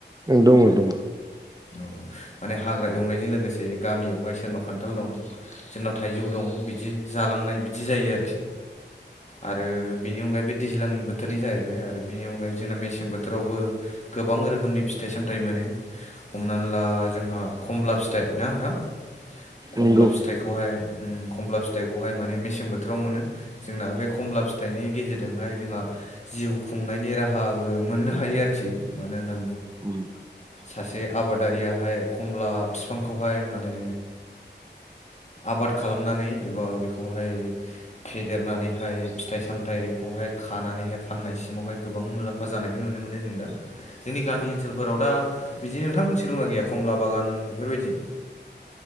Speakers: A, on the right; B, on the left.
A: ओं दङ दङ।
B: औ माने हाग्रा एवनायजों लोगोसे गामियावहाय सोरनाव खान्थाल दं जोंनाव थाइजौ दं बिदि जालांनाय बिदि जायो आरोखि आरो बेनि अनगायै बे दैज्लांनि बोथोरनि जाहैबाय आरो बिनि अनगायै जोंना मेसें बोथोरावबो गोबां रोखोमनि फिथाइ सामथाइ मोनो हमनानै ला जोंहा खमला फिथाइ ना नोंथां खमला
A: नंगौ
B: फिथाइखौहाय उम खमला फिथाइखौहाय माने मेसें बोथोराव मोनो जोंना बे खम ला फिथाइनि गेजेरजोंहाय जोंहा जिउ खुंनायनि राहाबो मोननो हायो आरोखि मानो होना
A: उम
B: सासे आबादारियाहाय खमला फिफांखौहाय माने आबाद खालामनानै एबा बेखौहाय फेदेरनानैहाय फिथाइ सामथायाइखौहाय खानानैहाय फाननायसिमावहाय गोबां मुलाम्फा जानायखौ नुनो मोनो जों दा जोंनि गामि ओनसोलफोराव दा बिदि नोंथांमोननिथिं दंना गैया खमला बागान उम बेफोरबायदि <inaudible>